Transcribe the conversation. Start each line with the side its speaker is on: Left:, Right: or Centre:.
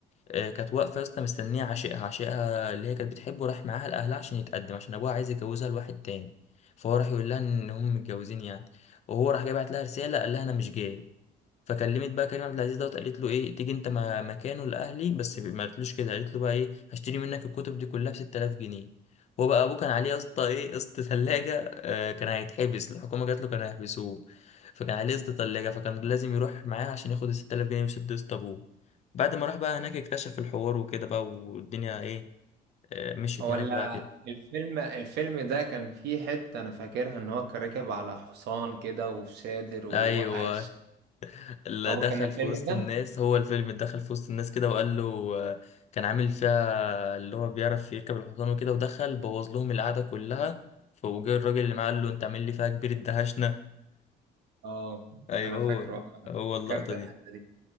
Left: آه، كانت واقفه يا اسطى مستنيه عشيقها عشيقها اللي هي كانت بتحبه راح معاها لاهلها عشان يتقدم عشان ابوها عايز يجوزها لواحد تاني فهو راح يقول لها ان هم متجوزين يعني وهو راح جاي بعت لها رساله قال لها انا مش جاي فكلمت بقى كريم عبد العزيز دوت قالت له ايه تيجي انت ما- مكانه لاهلي بس ما قالتلوش كده قالت له بقى ايه هشتري منك الكتب دي كلها ب 6000 جنيه هو بقى ابوه كان عليه يا اسطى ايه قسط ثلاجه آه كان هيتحبس الحكومه جات له كان هيحبسوه فكان عليه قسط ثلاجه فكان لازم يروح معاه عشان ياخد ال 6000 جنيه ويسد قسط ابوه بعد ما راح بقى هناك اكتشف الحوار وكده بقى والدنيا ايه آه مشيت
Right: هو
Left: هناك
Right: ال-
Left: بقى كده
Right: الفيلم الفيلم ده كان فيه حتة أنا فاكرها إن هو كان راكب على حصان كده وفي شادر ووقع
Left: ايوه
Right: الش...
Left: اللي
Right: هو
Left: دخل
Right: كان الفيلم
Left: في وسط
Right: ده؟
Left: الناس هو الفيلم اللي دخل في وسط الناس كده وقال له آه، كان عامل فيها اللي هو بيعرف يركب الحصان وكده ودخل بوظ لهم القعدة كلها فوجئ الراجل اللي معاه قال له انت عامل لي فيها كبير الدهشنا
Right: اه
Left: ايوه
Right: أنا فاكره
Left: هو
Right: آه،
Left: هو اللقطة
Right: فكرت الحتة
Left: دي
Right: دي